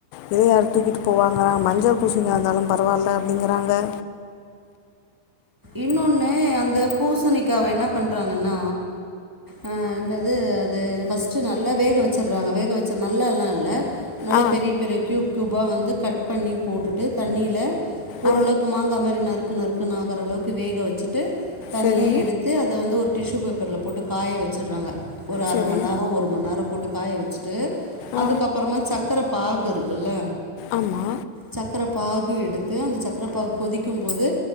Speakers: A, on the left (about 85°); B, in the centre.
A: இத யாரு தூக்கிட்டு போவாங்க மஞ்ச பூசணி இருந்தாலு பரவால்ல அப்டிங்கறாங்க
B: இன்னோன்னு அந்த பூசணிக்காவ என்ன பண்றாங்கன்னா ஆ என்னது அது ஃபஸ்ட்டு நல்லா வேக வச்சர்றாங்க வேக வச்சு நல்லா எல்லா இல்ல நல்லா
A: ஆ
B: பெரிய பெரிய க்யூப் க்யூபா வந்து கட் பண்ணி போட்டுட்டு தண்ணில ஓரளவுக்கு
A: ஆ
B: மாங்கா மாரி நறுக்கு நறுக்குனு ஆகறளவுக்கு வேக வச்சிட்டு தனியா
A: சரி
B: எடுத்து அத வந்து ஒரு டிஷ்ஷு பேப்பர்ல போட்டு காய வெச்சட்றாங்க ஒரு அர
A: சரி
B: மண் நேரோ ஒரு மண் நேரோ போட்டு காய வெச்சிட்டு அதுக்கப்பறமா
A: ஆ
B: சக்கர பாகு இருக்குல்ல
A: ஆமா
B: சக்கர பாகு எடுத்து அந்த சக்கரப்பாகு கொதிக்கும் போது